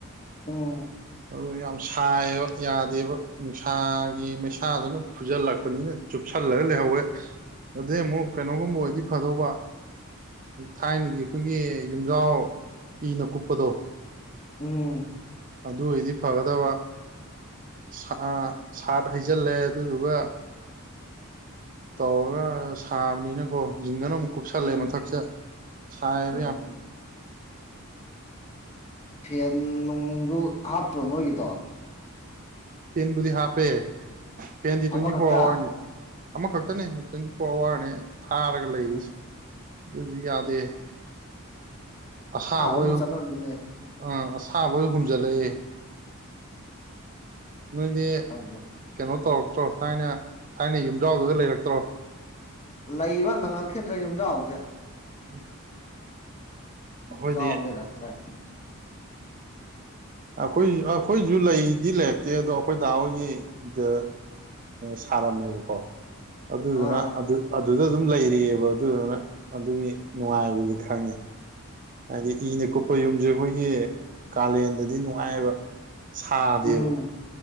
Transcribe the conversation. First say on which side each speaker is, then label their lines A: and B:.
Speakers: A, on the left; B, on the right.
A: ꯑꯣ
B: ꯑꯗꯨ ꯌꯥꯝ ꯁꯥꯏꯕ ꯌꯥꯗꯦꯕ ꯅꯨꯡꯁꯥꯒꯤ ꯃꯩꯁꯥꯗꯨꯅ ꯐꯨꯖꯜꯂꯛꯄꯅꯤꯅ ꯆꯨꯞꯁꯜꯂꯒ ꯂꯩꯍꯧꯋꯦ ꯑꯗꯨꯗꯩ ꯑꯃꯨꯛ ꯀꯩꯅꯣꯒꯨꯝꯕ ꯑꯣꯏꯗꯤ ꯐꯗꯧꯕ ꯊꯥꯏꯅꯒꯤ ꯑꯩꯈꯣꯏꯒꯤ ꯌꯨꯝꯖꯥꯎ ꯄꯤꯅ ꯀꯨꯞꯄꯗꯣ
A: ꯎꯝ
B: ꯑꯗꯨ ꯑꯣꯏꯔꯗꯤ ꯐꯒꯗꯕ ꯁꯥ ꯁꯥꯠ ꯍꯩꯖꯤꯜꯂꯦ ꯑꯗꯨꯗꯨꯒ ꯇꯧꯔꯒ ꯁꯥꯕꯅꯤꯅꯀꯣ ꯖꯤꯡꯒꯅ ꯑꯝ ꯀꯨꯞꯁꯜꯂꯦ
A: ꯎꯝ
B: ꯃꯊꯛꯁꯦ ꯁꯥꯏꯕ
A: ꯎꯝ
B: ꯌꯥꯝ
A: ꯐꯦꯟ ꯅꯨꯡꯗꯨ ꯍꯥꯞꯇ꯭ꯔꯣ ꯅꯣꯏꯒꯤꯗꯣ
B: ꯐꯤꯟꯕꯨꯗꯤ ꯍꯥꯞꯄꯦ ꯐꯦꯟꯗꯤ ꯇ꯭ꯋꯦꯟꯇꯤ
A: ꯑꯃꯈꯛꯇ
B: ꯐꯣꯔ ꯑꯋꯥꯔꯅꯤ ꯑꯃꯈꯛꯇꯅꯦ ꯇ꯭ꯋꯦꯟꯇꯤ ꯐꯣꯔ ꯑꯋꯥꯔꯅꯦ ꯊꯥꯔꯒ ꯂꯩꯔꯤꯁꯤ
A: ꯎꯝ
B: ꯑꯗꯨꯁꯨ ꯌꯥꯗꯦ ꯑꯁꯥꯕ ꯑꯣꯏ
A: ꯑꯃꯨꯛ ꯆꯪꯉꯝꯅꯤꯅꯦ
B: ꯑꯝ ꯁꯥꯕ ꯑꯣꯏ ꯍꯨꯝꯖꯤꯜꯂꯛꯑꯦ ꯅꯣꯏꯗꯤ
A: ꯈꯪꯗꯦ
B: ꯀꯩꯅꯣ ꯇꯧꯔꯛꯄ ꯭ꯔ ꯊꯥꯏꯅ ꯊꯥꯏꯅ ꯌꯨꯝꯖꯥꯎꯗꯨꯒ ꯂꯩꯔꯛꯇ꯭ꯔꯣ
A: ꯂꯩꯕ ꯅꯪꯉꯛꯈꯤꯗ꯭ꯔ ꯌꯨꯝꯖ ꯖꯦ
B: <unintelligible> ꯑꯩꯈꯣꯏꯗꯤ
A: ꯆꯥꯎ ꯂꯩꯔꯛꯇ꯭ꯔꯦ
B: ꯑꯩꯈꯣꯏꯁꯨ ꯑꯩꯈꯣꯏꯁꯨ ꯂꯩꯗꯤ ꯂꯩꯔꯛꯇꯦ ꯑꯗꯣ ꯑꯩꯈꯣꯏ ꯗꯥꯍ ꯍꯣꯏꯒꯤꯗ ꯁꯥꯔꯝꯃꯦꯕꯀꯣ ꯑꯗꯨꯅ
A: ꯑꯥ
B: ꯑꯗꯨ ꯑꯗꯨꯗ ꯑꯗꯨꯝ ꯂꯩꯔꯤꯑꯕ ꯑꯗꯨꯗꯨꯅ ꯑꯗꯨꯒꯤ ꯅꯨꯡꯉꯥꯏꯕꯗꯤ ꯈꯧꯉꯤ ꯍꯥꯏꯗꯤ ꯏꯅ ꯀꯨꯞꯄ ꯌꯨꯝꯁꯦ ꯑꯩꯈꯣꯏꯒꯤ ꯀꯥꯂꯦꯟꯗꯗꯤ ꯅꯨꯡꯉꯥꯏ ꯍꯥꯏꯕ ꯁꯥꯗꯦꯕ
A: ꯎꯝ ꯎꯝ